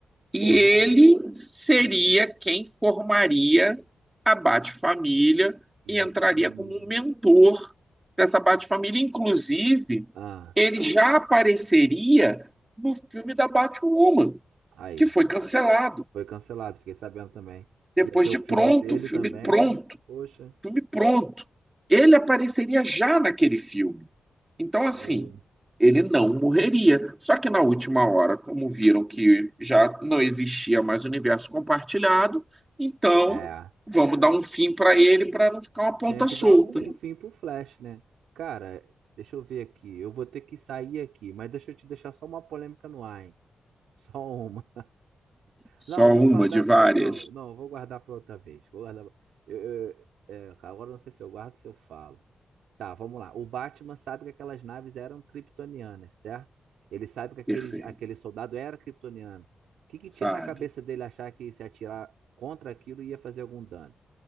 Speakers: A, on the right (about 20°); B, on the right (about 80°).
A: e
B: Pô,
A: ele
B: né?
A: seria quem formaria a Bate-Família
B: Isso.
A: e entraria como um mentor dessa Bate-Família. Inclusive,
B: Ah,
A: ele já apareceria no filme da Batwoman,
B: aí.
A: que foi cancelado.
B: Foi cancelado, fiquei sabendo também.
A: Depois
B: Ia ter
A: de
B: o filme
A: pronto,
B: dele
A: filme
B: também,
A: pronto,
B: né? Poxa.
A: filme pronto. Ele apareceria já naquele filme. Então, assim,
B: O...
A: ele não morreria. Só que na última hora, como viram que já não existia mais universo compartilhado, então
B: É.
A: vamos dar um fim para ele para não ficar uma ponta
B: Tinha que
A: solta.
B: dar um um fim pro Flash, né? Cara, deixa eu ver aqui. Eu vou ter que sair aqui, mas deixa eu te deixar só uma polêmica no ar, hein? <laughs> Só uma.
A: Só
B: Não, eu vou
A: uma
B: guardar
A: de várias.
B: pro... Não, não, eu vou guardar para outra vez. Vou guardar. Eu, eu- é, agora eu não sei se eu guardo ou se eu falo. Tá, vamos lá. O Batman sabe que aquelas naves eram kryptonianas, certo? Ele sabe que aquele,
A: Perfeito,
B: aquele soldado era kryptoniano. O que que tinha
A: sabe?
B: na cabeça dele achar que se atirar contra aquilo ia fazer algum dano?